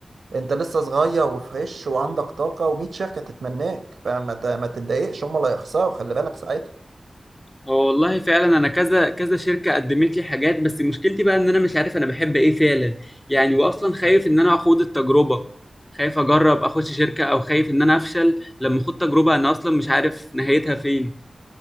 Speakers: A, on the right; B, on the left.
A: انت لسه صغير وفريش وعندك طاقه و100 شركه تتمناك فما ت- ما تتضايقش هم اللي هيخسروا خلي بالك ساعتها
B: هو والله فعلا انا كذا كذا شركه قدمت لي حاجات بس مشكلتي بقى ان انا مش عارف انا بحب ايه فعلا يعني واصلا خايف ان انا اخوض التجربه خايف اجرب اخش شركه او خايف ان انا افشل لما اخوض تجربه انا اصلا مش عارف نهايتها فين